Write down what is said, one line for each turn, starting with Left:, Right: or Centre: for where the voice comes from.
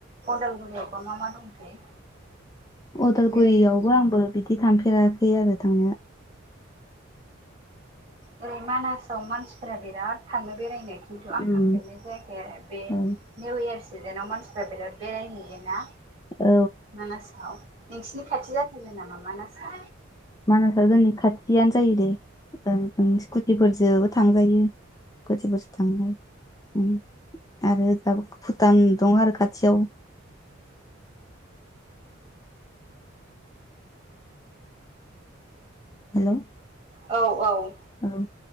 Right: अदालगुरियावबा मा मा दंथाय?
Left: अदालगुरियावबो
Right: बेरायग्रा
Left: आंबो बिदि थांफेराखै आरो थांनो
Right: ओरै मानासाव मानसिफोरा बिराद थाङो बेरायनो खिन्थु आं
Left: उम
Right: थांफेरनाय जायाखै आरो बे
Left: औ
Right: निउ इयार सिजेनाव मानसिफ्रा बिराद बेरायहैयोना
Left: औ
Right: मानासाव नोंसिनि खाथि जाथारो नामा मानासा
Left: मानासा जोंनि खाथियानो जायो दे ओं स्कुटिफोरजोंबो थांजायो। <unintelligible> थाङो ओम आरो दा भुटान दं आरो खाथियाव हेलौ
Right: औ औ
Left: औ